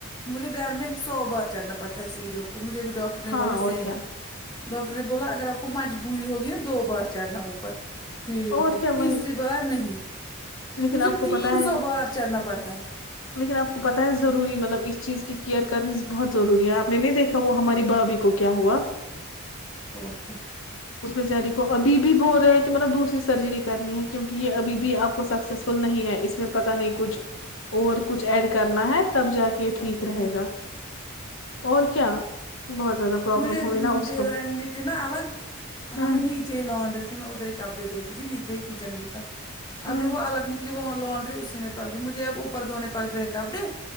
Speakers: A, on the left (about 20°); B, on the left (about 70°).
A: مجھے گھر میں سو بار چڑھنا پڑتا ہے سیڑیوں کو مجھے بھی ڈاکٹر نے
B: ہاں
A: بولا
B: اور
A: سیم
B: کیا
A: ڈاکٹر نے بولا اگر آپ کو مجبوری ہوگی نا دو بار چڑھنا اوپر سیڑیوں
B: اور
A: کو
B: کیا
A: تیسری
B: وہی
A: بار نہیں
B: لیکن
A: مجھے
B: آپ کو
A: تین
B: پتا ہے
A: سو بار چڑھنا پڑتا ہے
B: لیکن آپ کو پتا ہے ضروری مطلب اس چیز کیئر کرنی بہت ضروری ہے آپ نے نہیں دیکھا وہ ہماری بھابھی کو کیا ہوا
A: اور کیا
B: اس بیچاری کو ابھی بھی بول رہے ہے کہ مطلب دوسری سرجری کرنی ہے کیونکہ یہ ابھی بھی آپ کو سکسیس فل نہیں ہے اس میں پتا نہیں کچھ اور کچھ ایڈ کرنا ہے تب جا کے ٹھیک
A: او
B: رہے
A: او
B: گا اور کیا بہت زیادہ پرابلم
A: مجھے
B: ہوئی
A: د
B: نا اس
A: دیورانی
B: کو
A: کے نا الگ
B: ہوں
A: ہمیں نی یچے لانڈری تھی میں ادھر ہی کپڑے دھوتی تھی نیچے ایک کچن بھی تھا
B: ہوں
A: اب جب وہ الگ نک وہ لانڈری اسی نے پکڑی مجھے اب اوپر دھونے پڑتے ہے کپڑے